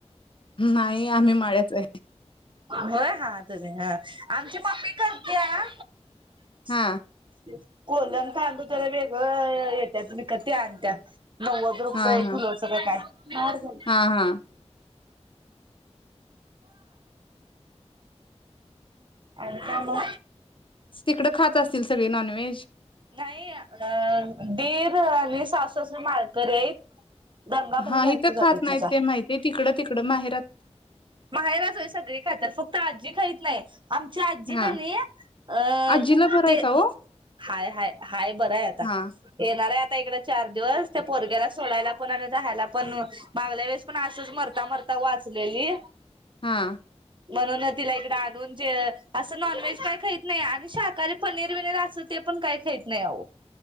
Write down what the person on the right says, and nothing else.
होय हा ह आमची मम्मी करते आ
<inaudible> कोलम तांदूळ तर वेगळं येत्यात विकत ते आणत्या नव्वद रुपये
किलोच का काय <unintelligible>
अ ऐका ना
नाही अ दीर आणि सासू सासरा मााळकरी आहेत गंगाबाई
बायको
जाते
तिचा.
माहेरी सगळे काय तर फक्त आज आज्जी खात नाही आमची आजी
का नाही अ
ते
हाय हाय हाय बरं आहे आता
येणारे आता इकड चार दिवस त्या पोरग्याला सोडायला पण आणि राहायला पण मागल्या वेळेस पण असंच मरता मरता वाचलेली
म्हणून तिला इकडे आणून जे असं नॉनव्हेज काय खात नाही आणि शाकाहारी पनीर वििनीर अस ते पण काय खात नाही अहो